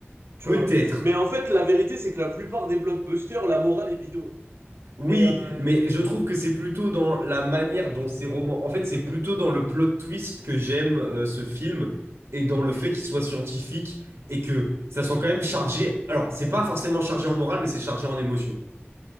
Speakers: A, on the right; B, on the right.
A: tu
B: peut-être.
A: vois. Mais en fait, la vérité, c'est que la plupart des blockbusters, la morale est bidon.
B: Oui,
A: Mais euh,
B: mais je trouve que c'est plutôt dans la manière dont ces romans... En fait, c'est plutôt dans le plot twist que j'aime euh, ce film et dans le fait qu'il soit scientifique et que ça soit quand même chargé... Alors, c'est pas forcément chargé en morale, mais c'est chargé en émotion,